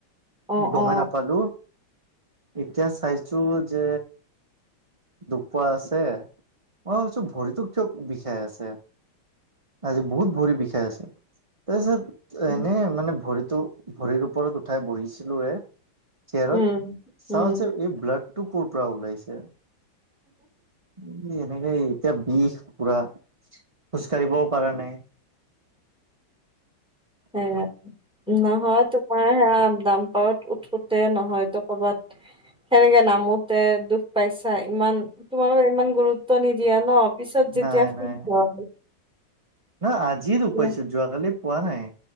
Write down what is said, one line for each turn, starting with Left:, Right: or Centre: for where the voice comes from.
Centre: অ
Right: গমেই
Centre: অ
Right: নাপালো, এতিয়া চাইছো যে দুপ পোৱা আছে, অ মই ভাবিছোঁ ভৰিতো চব বিষাই আছে, আজি বহুত ভৰি বিষাই আছে, তাৰপিছত এনেই
Centre: উম
Right: মানে ভৰিতো, ভৰিৰ ওপৰত উঠাই বহিছিলো চেয়াৰত,
Centre: উম উম
Right: চাও যে এই ব্লডটো কৰ পৰা ওলাইছে। উম এনেকা এ' এতিয়া বিষ পুৰা খোজ কাঢ়িবও পাৰা নাই।
Centre: সে নহয় তোমাৰ সেয়া দামপাৰত উঠোতে নহয়তো কবাত সেনেকে নামোতে দুখ পাইছা ইমান তোমালোকৰ ইমান গুৰুত্ব নিদিয়া ন পিছত যেতিয়া
Right: নাই
Centre: ফ্ৰী
Right: নাই
Centre: হয়
Right: নহ আজিৰ
Centre: তেতিয়া
Right: দোষ পাইছো যোৱাকালি পোৱা নাই।